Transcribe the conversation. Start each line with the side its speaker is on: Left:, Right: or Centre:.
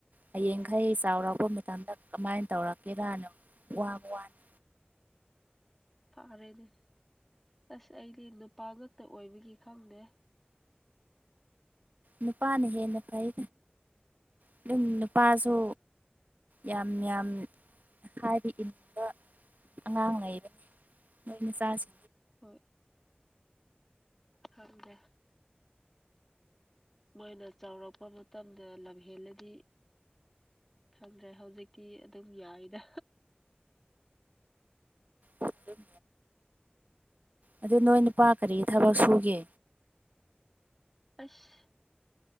Right: ꯍꯌꯦꯡꯈꯩ
Centre: ꯑꯣ
Right: ꯆꯥꯎꯔꯛꯄ ꯃꯇꯝꯗ ꯀꯃꯥꯏꯅ ꯇꯧꯔꯛꯀꯦꯔꯥꯅꯣ ꯋꯥꯕ ꯋꯥꯅꯤ
Centre: ꯐꯔꯦꯅꯦ ꯑꯁ ꯑꯩꯗꯤ ꯅꯨꯄꯥ ꯉꯛꯇ ꯑꯣꯏꯕꯒꯤ ꯈꯪꯗꯦ
Right: ꯅꯨꯄꯥꯅ ꯍꯦꯟꯅ ꯐꯩ ꯑꯗꯨꯝ ꯅꯨꯄꯥꯁꯨ ꯌꯥꯝ ꯌꯥꯝ ꯍꯥꯏꯕ ꯏꯅꯤꯡꯕ ꯑꯉꯥꯡ ꯂꯩꯕꯅꯤ ꯃꯁꯖ
Centre: ꯍꯣꯏ ꯊꯝꯗꯦ ꯃꯣꯏꯅ ꯆꯥꯎꯔꯛꯄ ꯃꯇꯝꯗ ꯂꯝꯍꯦꯜꯂꯗꯤ ꯈꯪꯗ꯭ꯔꯦ ꯍꯧꯖꯤꯛꯇꯤ ꯑꯗꯨꯝ ꯌꯥꯏꯗ
Right: ꯎꯝ ꯑꯗꯨ ꯅꯣꯏ ꯅꯨꯄꯥ ꯀꯔꯤ ꯊꯕꯛ ꯁꯨꯒꯦ
Centre: ꯑꯁ